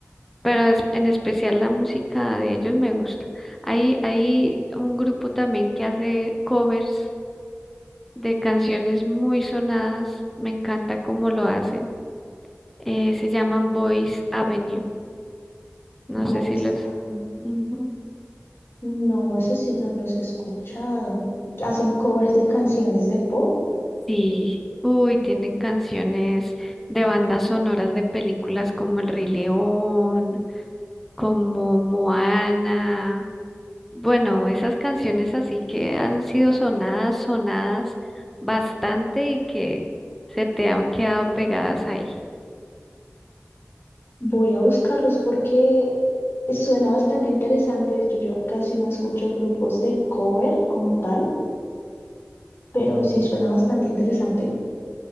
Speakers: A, in the centre; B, on the left (about 50°).
A: Pero es- en especial la música de ellos me gusta. Hay, hay un grupo también que hace covers de canciones muy sonadas. Me encanta cómo lo hacen. Eh, se llaman Boys Avenue. No
B: Boys
A: sé si los...
B: Avenue.
A: Ujú.
B: No, eso sí no los he escuchado. Hacen covers de canciones de pop.
A: Sí, uy, tienen canciones de bandas sonoras de películas como El Rey León, como Moana. Bueno, esas canciones así que han sido sonadas, sonadas bastante y que se te han quedado pegadas ahí.
B: Voy a buscarlos porque suena bastante interesante. De hecho, yo casi no escucho grupos de cover como tal pero sí suena bastante interesante.